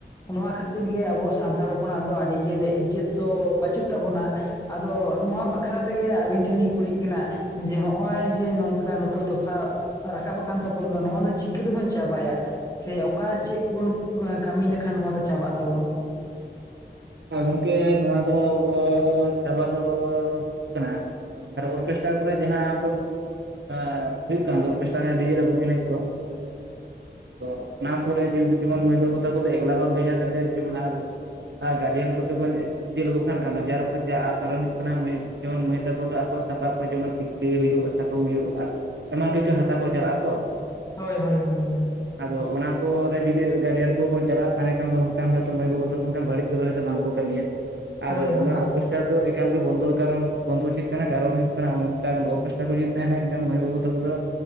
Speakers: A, on the left; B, on the right.
A: ᱱᱚᱣᱟ ᱠᱷᱟᱹᱛᱤᱨ ᱜᱮ ᱟᱵᱚ ᱥᱟᱱᱛᱟᱲ ᱦᱚᱯᱚᱱᱟᱜ ᱫᱚ ᱟᱹᱰᱤ ᱜᱮ ᱤᱡᱚᱛ ᱫᱚ ᱵᱟᱹᱪᱩᱜ ᱛᱟᱵᱚᱱᱟ ᱟᱫᱚ ᱱᱚᱣᱟ ᱵᱟᱠᱷᱨᱟ ᱛᱮᱜᱮ ᱟᱹᱵᱤᱱ ᱴᱷᱮᱱ ᱞᱤᱧ ᱠᱩᱞᱤᱜ ᱠᱟᱱᱟ ᱡᱮ ᱦᱚᱜ ᱚᱭ ᱡᱮ ᱱᱚᱝᱠᱟ ᱱᱤᱛᱚᱜ ᱫᱚᱥᱟ ᱨᱟᱠᱟᱵ ᱠᱟᱱ ᱛᱟᱵᱚᱱ ᱫᱚ ᱱᱚᱣᱟ ᱫᱚ ᱪᱤᱠᱟᱹ ᱛᱮᱵᱚᱱ ᱪᱟᱵᱟᱭᱟ ᱥᱮ ᱚᱠᱟ ᱪᱮᱫ ᱵᱚᱱ ᱠᱟᱹᱢᱤ ᱞᱮᱠᱷᱟᱱ ᱱᱚᱣᱟ ᱫᱚ ᱪᱟᱵᱟᱜ ᱛᱟᱵᱚᱱᱟ
B: ᱜᱚᱢᱠᱮ ᱱᱚᱣᱟ ᱫᱚ ᱪᱟᱵᱟ ᱫᱚ ᱦᱩᱭᱩᱜ ᱠᱟᱱᱟ ᱟᱨ ᱚᱨᱜᱮᱥᱴᱨᱟ ᱠᱚᱨᱮ ᱡᱟᱦᱟᱸ ᱟᱵᱚ ᱟ ᱵᱤᱞᱠᱟᱱ ᱫᱚ ᱚᱨᱜᱮᱥᱴᱟᱨ ᱮᱱᱮᱡᱟ ᱰᱤᱡᱮ ᱰᱟᱵᱩᱝ ᱮᱱᱮᱡᱟ ᱠᱚ ᱛᱚ ᱚᱱᱟ ᱠᱚᱨᱮ ᱡᱮᱢᱚᱱ ᱢᱟᱹᱭ ᱵᱟᱹᱵᱩ ᱛᱟᱠᱚ ᱫᱚ ᱮᱠᱞᱟ ᱵᱟᱝ ᱵᱷᱮᱡᱟ ᱠᱟᱛᱮᱫ ᱡᱮᱢᱚᱱ ᱟᱨ ᱟᱨ ᱜᱟᱹᱨᱡᱤᱱ ᱠᱚᱛᱮ ᱠᱚ ᱤᱫᱤ ᱞᱮᱠᱚ ᱠᱷᱟᱱ ᱜᱟᱱᱚᱜ‌ ᱟ ᱠᱟᱨᱚᱱ ᱫᱚ ᱪᱮᱫ ᱠᱟᱨᱚᱱ ᱦᱩᱭᱩᱜ ᱠᱟᱱᱟ ᱡᱮᱢᱚᱱ ᱢᱟᱹᱭ ᱛᱟᱠᱚ ᱫᱚ ᱟᱠᱚ ᱥᱟᱯᱟᱵ ᱠᱚ ᱡᱮᱢᱚᱱ ᱴᱷᱤᱠ ᱛᱤ ᱦᱩᱭᱩᱜ ᱥᱟᱠᱚᱢ ᱦᱩᱭᱩᱜ ᱮᱢᱟᱱ ᱠᱤᱪᱷᱩ ᱦᱟᱛᱟᱣ ᱠᱚ ᱪᱟᱞᱟᱜᱼᱟ ᱛᱚ
A: ᱦᱳᱭ ᱦᱳᱭ ᱦᱳᱭ ᱦᱳᱭ
B: ᱟᱫᱚ ᱚᱱᱟ ᱠᱚᱨᱮ ᱡᱩᱫᱤ ᱜᱟᱨᱡᱮᱱ ᱠᱚᱵᱚᱱ ᱪᱟᱞᱟᱜᱼᱟ ᱛᱟᱦᱮᱱ ᱠᱷᱟᱱ ᱫᱚ ᱚᱱᱠᱟᱱ ᱦᱳᱭ ᱛᱳ ᱢᱟᱹᱭ ᱵᱟᱹᱵᱩ ᱛᱟᱠᱚ ᱚᱱᱟ ᱵᱟᱹᱲᱤᱡ ᱠᱚᱫᱚ ᱦᱚᱭᱛᱚ ᱵᱟᱝᱠᱚ ᱠᱟᱹᱢᱤᱭᱟ ᱟᱨ
A: ᱦᱳᱭ ᱦᱳᱭ
B: ᱱᱚᱣᱟ ᱚᱨᱜᱮᱥ- ᱚᱨᱜᱮᱥᱴᱟᱨ ᱫᱚ ᱮᱠᱟᱞ ᱜᱮ ᱵᱚᱱᱫᱚ ᱠᱟᱨᱚᱱ ᱵᱚᱱᱫᱚ ᱩᱪᱤᱛ ᱠᱟᱱᱟ ᱠᱟᱨᱚᱱ ᱦᱩᱭᱩᱜ ᱠᱟᱱᱟ ᱚᱱ ᱠᱟᱱ ᱚᱨᱜᱮᱥᱴᱟᱨ ᱠᱟ ᱡᱩᱫᱤ ᱛᱟᱦᱮᱱᱟ ᱮᱱᱠᱷᱟᱱ ᱢᱟᱹᱭ ᱵᱟᱹᱵᱩ ᱛᱟᱠᱚ ᱫᱚ